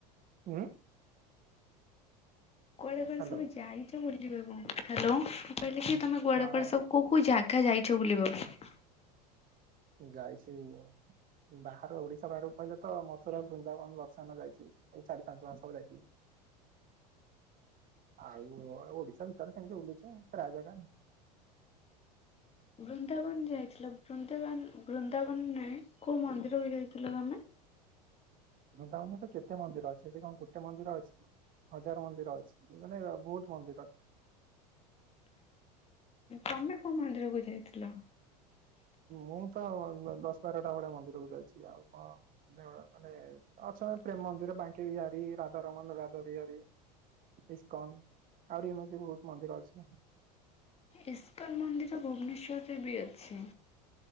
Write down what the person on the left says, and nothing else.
କୁଆଡେ କୁଆଡେ
ସବୁ ଯାଇଛ ବୋଲି ହ୍ୟାଲୋ ମୁଁ କହିଲି କି ତମେ କୁଆଡେ
କୁଆଡେ ସବୁ କଉ କୋଉ ଜାଗା ଯାଇ ଛ ବୋଲି ବାକୁ
ବୃନ୍ଦାବନ ଯାଇଥିଲ ବୃନ୍ଦାବନ ବୃନ୍ଦାବନ ନରେ କୋଉ ମନ୍ଦିରକୁ ଯାଇଥିଲ ତମେ?
ତମେ କୋଉ ମନ୍ଦିରକୁ ଯାଇଥିଲ?
ଇସ୍କନ ମନ୍ଦିର ଭୁବନେଶ୍ୱରରେ ବି ଅଛି।